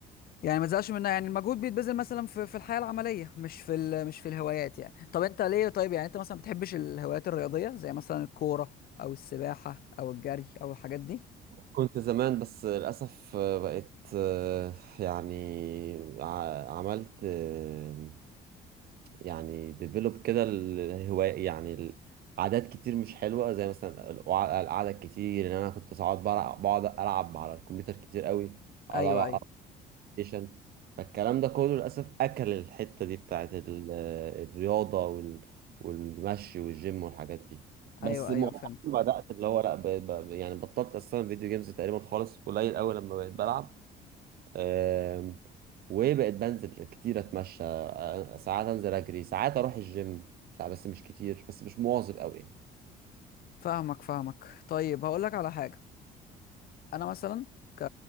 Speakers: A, on the left (about 60°); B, on the right (about 65°).
A: يعني ما تزهقش منها يعني المجهود بيتبذل مثلا في في الحياه العمليه مش في ال- مش في الهوايات يعني طب انت ليه طيب يعني انت مثلا ما بتحبش الهوايات الرياضيه زي مثلا الكوره او السباحه او الجري او الحاجات دي
B: كنت زمان بس للأسف آه، بقيت آه، يعني ع- عملت آه، يعني ديفلوب كده الهواية يعني ال- عادات كتير مش حلوة زي مثلا القع- القعدة الكتير إن أنا كنت ساعات بقعد بقعد ألعب على الكمبيوتر كتير قوي أقعد
A: ايوه
B: ألعب
A: ايوه
B: ستيشن فالكلام ده كله للأسف أكل الحتة دي بتاعت ال- الرياضة وال... والمشي والجيم والحاجات دي بس
A: ايوه
B: مؤخرا
A: ايوه فهمتك
B: بدأت اللي هو لا ب... ب... يعني بطلت أصلا فيديو جيمز تقريبا خالص قليل أوي لما بقيت بلعب أم... وبقيت بنزل كتير أتمشى أ- ساعات أنزل أجري ساعات أروح الجيم ساعات بس مش كتير بس مش مواظب أوي يعني
A: فاهمك فاهمك طيب هقول لك على حاجه انا مثلا ك...